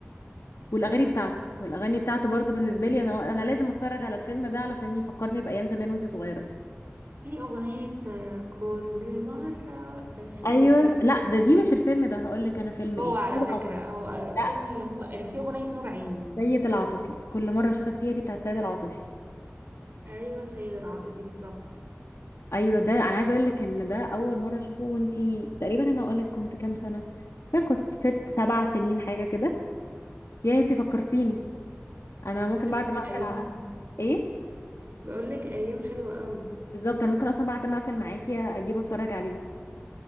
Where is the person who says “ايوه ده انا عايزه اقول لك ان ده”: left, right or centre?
Left